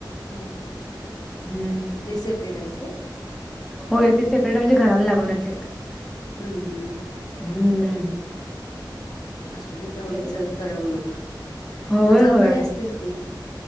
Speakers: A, on the left (about 55°); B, in the centre.
A: हा ह
B: हम्म
A: सपरेट आहेत का
B: होय ते सेपरेट म्हणजे घराला लागूनच आहेत
A: हम्म हम ह
B: हम्म हम्म
A: असू देे तेवढीच
B: तेवढंच
A: करमणूक
B: होय
A: मग जाऊबा
B: होय
A: हे असतील की